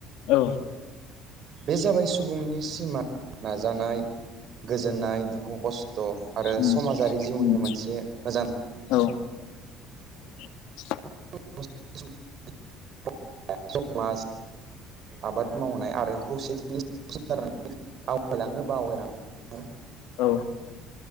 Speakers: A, on the left; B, on the right.
A: औ
B: बे जाबाय सुबुंनि सिमा नाजानाय गोजोननाय दुखु खस्थ' आरो
A: उम
B: समाजारि जिउनि
A: उम
B: मोनसे मोजां
A: औ <inaudible>
B: <unintelligible> समाज आबाद मावनाय आरो खौसेथिनि <unintelligible> आवगायलाङो बा आवगायलां
A: औ।